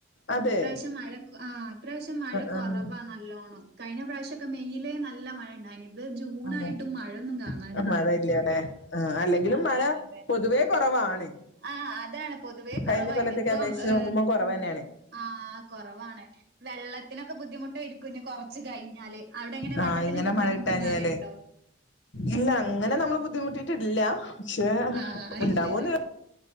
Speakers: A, on the left (about 65°); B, on the right (about 55°).
A: അതെ
B: ഇപ്രാവശ്യം, മഴ, ആ, ഇപ്രാവശ്യം, മഴ
A: ആഹ്
B: കൊറവാ, നല്ലോണ്ണം. കഴന, പ്രാവശ്യംക്കെയിലേ, നല്ല, മഴയണ്ടായി അത്, ജൂണായിട്ടും,
A: ആഹ്
B: മഴയൊന്നും, കാണാനില്ല,
A: ആഹ് മഴ ഇല്ലല്ലേ ആഹ് അല്ലെങ്കിലും
B: ആ,
A: മഴ
B: അതെ.
A: പൊതുവേ കുറവാണ്
B: ആഹ, അതാണ്, പൊതുവേ, കുറവാ,
A: കഴിഞ്ഞ കൊല്ലത്തേക്ക്
B: ഇനിയിപ്പം,
A: അപേക്ഷിച്ച്
B: ഏ
A: നോക്കുമ്പോ കുറവ് തന്നെയാണ്
B: ആഹ, കൊറവാണ്, വെള്ളത്തിന ക്കെ, ബുദ്ധിമുട്ട് ഇരിക്കുംഞ്ഞ, കുറച്ച്, കഴിഞ്ഞാല്, അവിടെ, എങ്ങനെ,
A: ആഹ്
B: വെള്ളത്തിനൊക്ക,
A: ഇങ്ങനെ
B: ബുദ്ധിമുട്ട്ണ്ടാവേണ്ടോ
A: മഴ കിട്ടാഞ്ഞാലേ ഇല്ല, അങ്ങനെ, നമ്മള് ബുദ്ധിമുട്ടിട്ടില്ല, പക്ഷെ,
B: ആഹ്
A: ഉണ്ടാവുമന്ന്
B: ഇല്ലല്ലേ